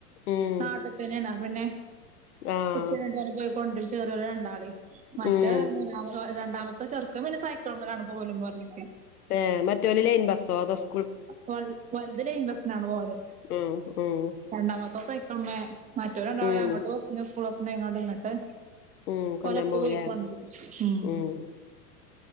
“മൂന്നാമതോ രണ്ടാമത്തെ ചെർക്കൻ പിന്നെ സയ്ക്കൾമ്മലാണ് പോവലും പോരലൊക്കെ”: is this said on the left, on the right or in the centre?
Right